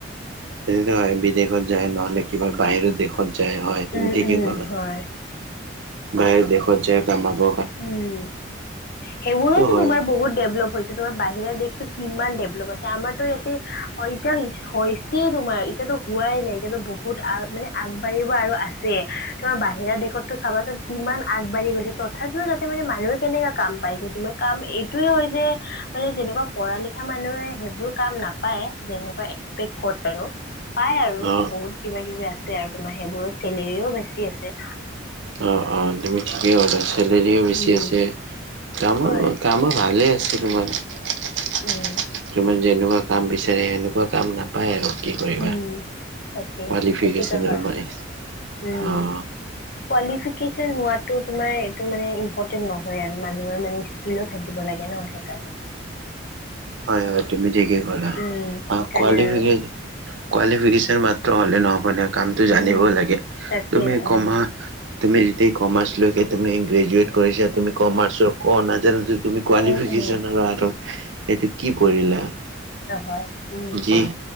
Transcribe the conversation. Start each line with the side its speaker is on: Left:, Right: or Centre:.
Right: সেইটোতো হয়, বিদেশত যায়, নহ'লে কিবা বাহিৰৰ দেশত যায়। হয়, তুমি
Left: উম
Right: ঠিকে
Left: উম
Right: ক'লা।
Left: হয়
Right: বাহিৰৰ দেশত যায় কামাব
Left: উম। সেইবোৰোতো
Right: হয়
Left: তোমাৰ বহুত ডেভেলপ হৈছে। এতিয়া তোমাৰ বাহিৰা দেশ টোত কিমান ডেভেলপ হৈছে, আমাৰতো ইয়াতে অ এতিয়া ই হৈ ছে তোমাৰ। এতিয়াতো হোৱাই নাই, এতিয়াতো বহুত আ মানে আগবাঢ়িব আৰু আছে। তোমাৰ বাহিৰা দেশতটো চাবাচোন কিমান আগবাঢ়ি গৈছে, ত থাপিও তাতে মানে মানুহখিনিয়ে কাম পাইছে। তোমাৰ কাম এইটোয়ে হয় যে, মানে যেনেকুৱা পঢ়া লিখা মানুহে সেইবোৰ কাম নাপায়, যেনেকুৱা এক্সপেক্ট কৰে আৰু। পায় আৰু
Right: অ
Left: বহুত কিবা-কিবি আছে আৰু, তোমাৰ সেইবোৰত চেলেৰিও বেছি আছে।
Right: অ', অ', তুমি ঠিকেই কৈছা। চেলেৰিও বেছি
Left: উম
Right: আছে, কামো-কামো
Left: হয়
Right: ভালে আছে তোমাৰ। <inaudible>
Left: উম
Right: তোমাৰ যেনেকুৱা কাম বিচাৰে, সেনেকুৱা কাম পা পাই আৰু কি কৰিবা?
Left: উম তাকে
Right: কোৱালিফিকেচন
Left: সেইটোতো হয়
Right: আৰু মানে,
Left: উম
Right: অ'।
Left: কোৱালিফিকেচন হোৱাটো তোমাৰ এইটো মানে ইম্পৰ্টেণ্ট নহয় আৰু মানুহৰ মানে স্কীলো থাকিব লাগে ন, সেইকাৰণে।
Right: হয়, হয়, তুমি ঠিকেই ক'লা।
Left: উম
Right: অ
Left: সেইকাৰণে
Right: কোৱালিফিকে
Left: আৰু
Right: কোৱালিফিকেচন মাত্ৰ হ'লে নহ'ব নহয়, কামটো
Left: উম
Right: জানিবও লাগে।
Left: তাকে
Right: তুমি
Left: উম
Right: কমা তুমি যদি কমাৰ্চলৈকে তুমি গ্ৰেজুয়েট কৰিছা। তুমি কমাৰ্চৰ ক নাজানো যদি তুমি কোৱালিফিকেচন
Left: উম উম
Right: <inaudible> আৰু সেইটো কি পঢ়িলা?
Left: অ' হয়। উম,
Right: যি